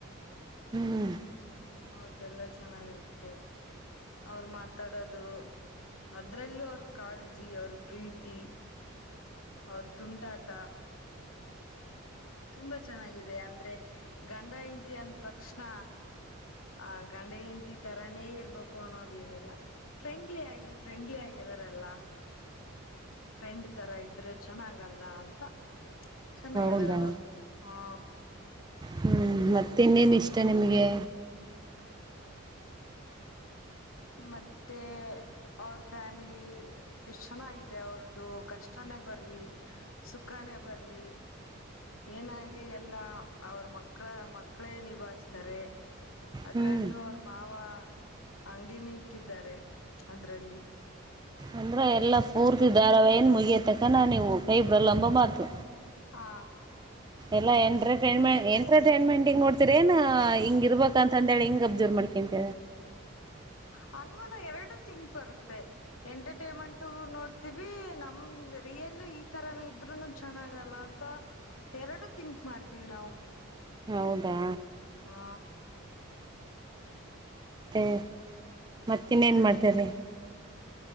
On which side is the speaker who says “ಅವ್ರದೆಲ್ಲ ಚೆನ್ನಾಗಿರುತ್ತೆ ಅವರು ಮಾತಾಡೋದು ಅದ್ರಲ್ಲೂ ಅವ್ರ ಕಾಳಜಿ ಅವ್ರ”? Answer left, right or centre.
Left